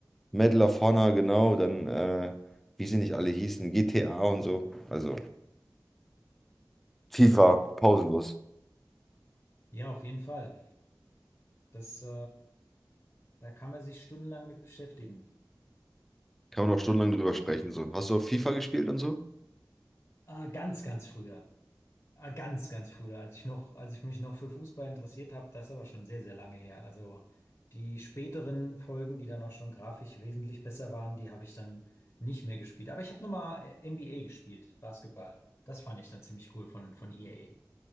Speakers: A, in the centre; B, on the left.
A: Medal of Honor, genau. Dann, äh, wie sie nicht alle hießen, GTA und so. Also FIFA, pausenlos.
B: Ja, auf jeden Fall. Das, äh, da kann man sich stundenlang mit beschäftigen.
A: Kann man auch stundenlang drüber sprechen. So. Hast du auch FIFA gespielt und so?
B: Äh, ganz, ganz früher. Äh, ganz, ganz früher, als ich noch, als ich mich noch für Fußball interessiert habe, das ist aber schon sehr, sehr lange her. Also die späteren Folgen, die dann auch schon grafisch wesentlich besser waren, die habe ich dann nicht mehr gespielt. Aber ich habe nochmal äh, NBA gespielt, Basketball. Das fand ich dann ziemlich cool von, von EA.